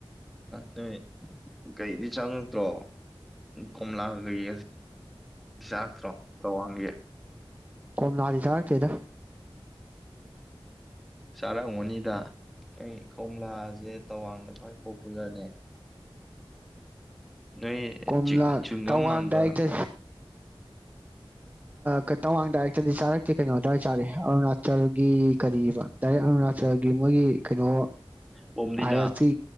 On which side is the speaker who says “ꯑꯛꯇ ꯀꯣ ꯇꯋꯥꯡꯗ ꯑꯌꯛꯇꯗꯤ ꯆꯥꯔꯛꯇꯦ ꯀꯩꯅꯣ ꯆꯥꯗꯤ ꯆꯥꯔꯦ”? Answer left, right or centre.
Right